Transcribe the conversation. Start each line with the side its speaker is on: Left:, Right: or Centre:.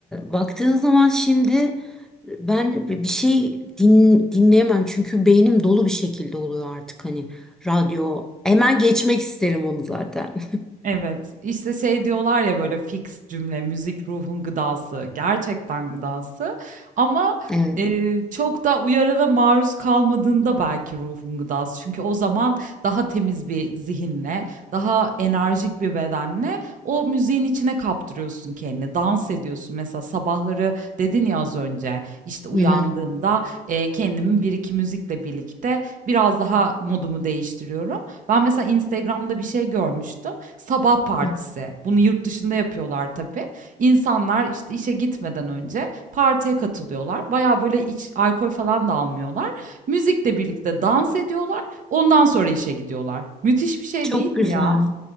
Centre: baktığın zaman şimdi ben bir şey din, dinleyemem çünkü beynim dolu bir şekilde oluyor artık hani radyo. Hemen geçmek isterim onu zaten. <laughs>
Right: Evet, işte şey diyorlar ya böyle fix cümle, müzik ruhun gıdası, gerçekten gıdası ama
Centre: Evet.
Right: e, çok da uyarana maruz kalmadığında belki ruhun gıdası. Çünkü o zaman daha temiz bir zihinle, daha enerjik bir bedenle o müziğin içine kaptırıyorsun kendini, dans ediyorsun. Mesela sabahları dedin ya az önce, işte uyandığımda
Centre: Hı hı.
Right: e, kendimi bir iki müzikle birlikte biraz daha modumu değiştiriyorum. Ben mesela Instagram'da bir şey görmüştüm sabah partisi.
Centre: Hı.
Right: Bunu yurt dışında yapıyorlar tabii. İnsanlar işte işe gitmeden önce partiye katılıyorlar. Baya böyle iç alkol falan da almıyorlar. Müzikle birlikte dans ediyorlar. Ondan sonra işe gidiyorlar. Müthiş bir şey
Centre: Çok
Right: değil
Centre: güzel.
Right: mi ya?